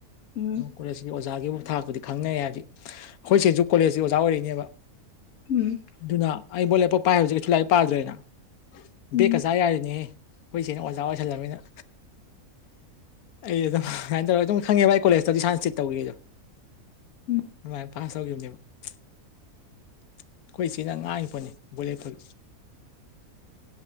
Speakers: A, on the left; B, on the left.
A: ꯎꯝ
B: ꯀꯣꯂꯦꯖꯀꯤ ꯑꯣꯖꯥꯒꯤꯕꯨ ꯊꯥꯛꯄꯨꯗꯤ ꯈꯪꯅꯩ ꯍꯥꯏꯗꯤ ꯑꯩꯈꯣꯏ ꯏꯆꯦꯁꯨ ꯀꯣꯂꯦꯖꯀꯤ ꯑꯣꯖꯥ ꯑꯣꯏꯔꯛꯏꯅꯦꯕ
A: ꯎꯝ
B: ꯑꯗꯨꯅ ꯑꯩ ꯕꯣꯠ ꯂꯦꯞꯄ ꯄꯥꯏ ꯍꯥꯏꯖꯤ ꯀꯩꯁꯨ ꯂꯥꯏꯔꯤꯛ ꯄꯥꯗ꯭ꯔꯦꯅ
A: ꯎꯝ
B: ꯕꯦꯛꯀ ꯆꯥ ꯌꯥꯔꯤꯅꯦꯍꯦ ꯑꯩꯈꯣꯏ ꯆꯦꯅ ꯑꯣꯖꯥ ꯑꯣꯏꯁꯜꯂꯃꯤꯅ ꯑꯩ ꯑꯗꯨꯝ ꯑꯗꯨꯨꯃꯥꯏꯅ ꯇꯧꯔꯒ ꯑꯗꯨꯝ ꯈꯪꯉꯦꯕ ꯑꯩ ꯀꯣꯂꯦꯖꯇꯗꯤ ꯏꯁꯥꯟꯅ ꯆꯤꯠ ꯇꯧꯈꯤ ꯑꯗꯣ
A: ꯎꯝ
B: ꯑꯗꯨꯃꯥꯏ ꯄꯥꯁ ꯇꯧꯈꯤꯕꯅꯦꯕ ꯑꯩꯈꯣꯏ ꯏꯆꯦꯅ ꯉꯥꯡꯉꯤ ꯄꯣꯠꯅꯤ ꯕꯣꯠ ꯂꯦꯞꯄꯒꯤ